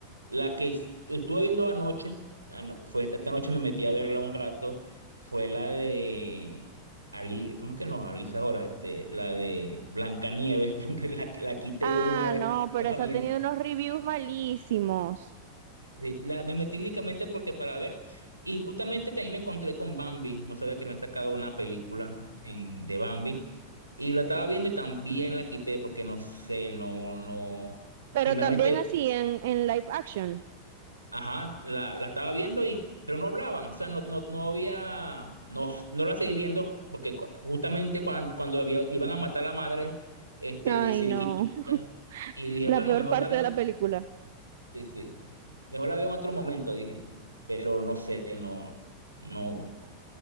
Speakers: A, on the right; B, on the right.
A: La que es- estuve viendo anoche, ano- fue esta, esta noche me metí a verla un rato, fue la de Ali, ¿cómo es que no? Alicia ahora, este, la de Blancanieves, <laughs> la, la quité
B: Ah,
A: de una vez.
B: no, pero
A: <laughs>
B: esa ha tenido unos reviews malísimos.
A: Sí, la, me metí únicamente porque para ver, y justamente también me encontré con Bambi, no sabía que habían sacado una película en, de Bambi, y la estaba viendo y también la quité porque no sé, no, no,
B: Pero
A: primeramente,
B: también así en, en live action.
A: ajá, la, la estaba viendo y, pero no hablaban, o sea, no, no, no había, no, no la seguí viendo porque cu- justamente cuando, cuando había- iban a matar a la madre, este,
B: Ay,
A: decidí
B: no,
A: quitarla
B: <laughs>
A: y dije,
B: la
A: bueno,
B: peor
A: mejor
B: parte
A: la veo,
B: de la película.
A: sí, sí. Mejor la veo en otro momento, dije. Pero no sé, no, no,